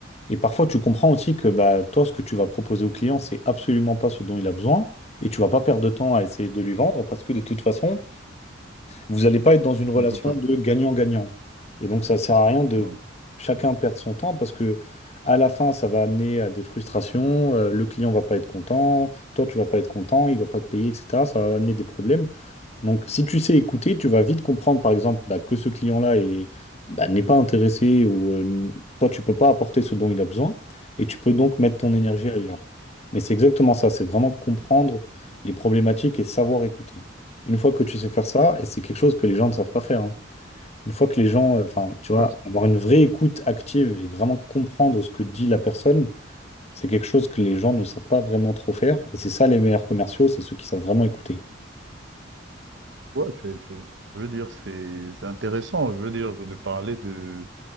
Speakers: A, on the left (about 35°); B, on the right (about 65°).
A: Et parfois, tu comprends aussi que bah, toi, ce que tu vas proposer au client, c'est absolument pas ce dont il a besoin. Et tu vas pas perdre de temps à essayer de lui vendre parce que de toute façon, vous n'allez pas être dans une relation
B: Je ne veux pas ça.
A: de gagnant-gagnant. Et donc, ça ne sert à rien de
B: Ouais.
A: chacun perdre son temps parce que à la fin, ça va amener à des frustrations. euh, le client va pas être content, toi, tu vas pas être content, il va pas te payer, etc. Ça va amener des problèmes. Donc, si tu sais écouter, tu vas vite comprendre, par exemple, bah, que ce client-là est- bah, n'est pas intéressé ou euh, n- toi, tu peux pas apporter ce dont il a besoin et tu peux donc mettre ton énergie ailleurs. Mais c'est exactement ça, c'est vraiment comprendre les problématiques et savoir écouter. Une fois que tu sais faire ça, et c'est quelque chose que les gens ne savent pas faire, hein. Une fois que les gens, euh, enfin, tu vois,
B: Ouais, c'est-
A: avoir une vraie écoute active et vraiment comprendre ce que dit la personne, c'est quelque chose que les gens ne savent pas vraiment trop faire. Et c'est ça les meilleurs commerciaux, c'est ceux qui savent vraiment écouter.
B: ouais, c'est- c'est- je veux dire, c'est c'est intéressant. Je veux dire, de parler de,